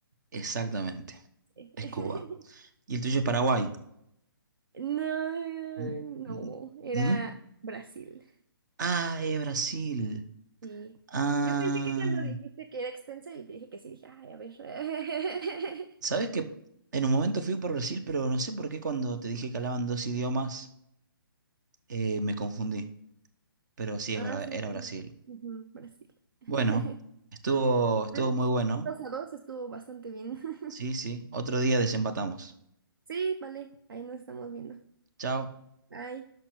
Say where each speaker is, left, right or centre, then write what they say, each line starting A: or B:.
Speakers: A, on the right; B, on the right.
A: Exactamente.
B: Sí.
A: Es
B: <laughs>
A: Cuba. ¿Y el tuyo es Paraguay?
B: No,
A: N-
B: no,
A: n-
B: era
A: No es-
B: Brasil.
A: Ah, es Brasil.
B: Sí.
A: Ah.
B: Yo pensé que cuando dijiste que era extensa y te dije que sí, dije, ay, a ver. <laughs>
A: Sabes que en un momento fui por Brasil, pero no sé por qué cuando te dije que hablaban dos idiomas, eh, me confundí. Pero sí,
B: Ah,
A: es verdad,
B: sí.
A: era Brasil.
B: sí. Ujú, Brasil. <laughs>
A: Bueno, estuvo, estuvo
B: Bueno,
A: muy bueno.
B: dos a dos estuvo bastante bien. <laughs>
A: Sí, sí. Otro día desempatamos.
B: Sí, vale, ahí nos estamos viendo.
A: Chao.
B: Bye.